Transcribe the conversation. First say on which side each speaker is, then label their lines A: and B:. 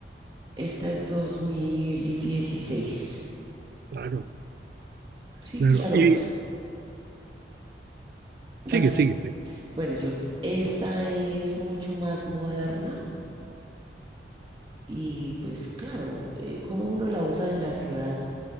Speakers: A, on the right; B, on the right.
A: Esta es dos mil dieciséis
B: Claro,
A: Sí,
B: claro.
A: claro,
B: Y
A: dale.
B: sigue, sigue, sigue.
A: Bueno, yo, esta es mucho más moderna Y pues claro, eh, como uno la usa en la ciudad,